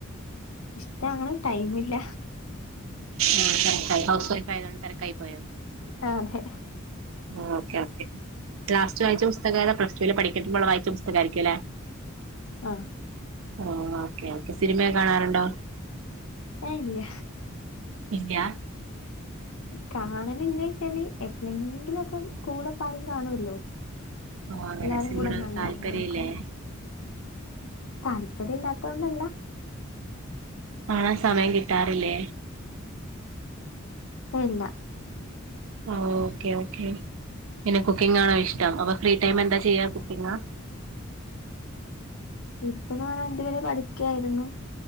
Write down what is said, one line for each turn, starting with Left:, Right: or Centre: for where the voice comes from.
Left: ഇഷ്ടാണ് ടൈം ഇില്ല
Right: ആ തിരക്കായ് ഹൗസ് വൈഫ് ആയതോണ്ട് തിരക്കായി പോയോ
Left: അ അതെ
Right: ആ ഓക്കെ ഓക്കെ ലാസ്റ്റ് വായിച്ച പുസ്തകത പ്ലസ് ടുവിൽ പഠിക്കുമ്പോുള്ള വായിച്ച പുസ്തകമായിരിക്കും ല്ലേ
Left: ആഹ
Right: ആ ഓക്കെ ഓക്കെ സിനിമയെ കാണാറുണ്ടോ
Left: ഏഹ് ഇല്ല
Right: ഇല്ല
Left: കാണല് ഇല്ലേ വെച്ചാല് എപ്പോഴെങ്കിലുംഒക്കെ കൂടെപ്പം കാണുല്ലോ
Right: ഓഹ് അങ്ങനെ
Left: എല്ലാരും
Right: സിനിമയോട്
Left: കൂടെന്നണ്ട്
Right: താല്പര്യല്ലേ
Left: അങ്ങനെക്കെ താല്പര്യ ഇല്ലാത്തോൊണ്ടല്ല
Right: കാണൻ സമയം കിട്ടാറില്ലേ
Left: അല്ല
Right: ആഹ ഓക്കെ ഓക്കെ പിന്നെ കുക്കിംഗാണോ ഇഷ്ടം അപ്പൊ ഫ്രീ ടൈം എന്താ ചെയ്യാ കുക്കിംഗ
Left: ഇപ്പന്ന് പറഞ്ഞാ എന്തു പേരെ പഠിക്കായിരുന്നു